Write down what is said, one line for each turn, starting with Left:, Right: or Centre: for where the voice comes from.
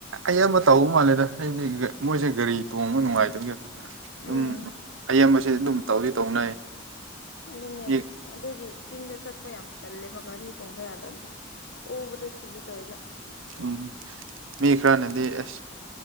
Right: ꯑꯌꯥꯝꯕ ꯇꯥꯎ ꯃꯥꯜꯂꯦꯗ ꯍꯥꯏꯕꯗꯤ ꯃꯣꯏꯁꯦ ꯒꯥꯔꯤ ꯇꯣꯡꯕ ꯅꯨꯡꯉꯥꯏꯇꯕꯒꯤ ꯑꯗꯨꯝ
Left: ꯎꯝ
Right: ꯑꯌꯥꯝꯕꯁꯦ ꯑꯗꯨꯝ ꯇꯧꯗꯤ ꯇꯧꯅꯩ
Left: ꯑꯗꯨꯅꯦ
Right: ꯃꯤ
Left: ꯑꯗꯨꯒꯤ ꯆꯤꯡꯗ ꯆꯠꯄ ꯌꯥꯝ ꯇꯜꯂꯦꯕ ꯒꯥꯔꯤ ꯇꯣꯡꯕ ꯌꯥꯗꯕꯗꯣ ꯑꯣꯕꯗ ꯁꯤꯒꯦ ꯇꯧꯋꯦꯕ
Right: ꯎꯝ ꯃꯤ ꯈꯔꯅꯗꯤ ꯑꯁ